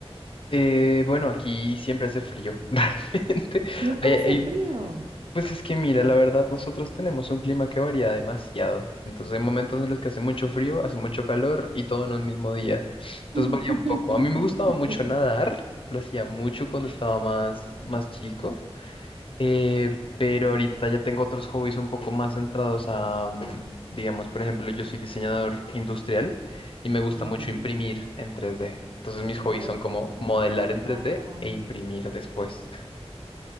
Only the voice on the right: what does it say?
Siempre
hace frío.
<laughs>
Ujú.
Oh,
wow.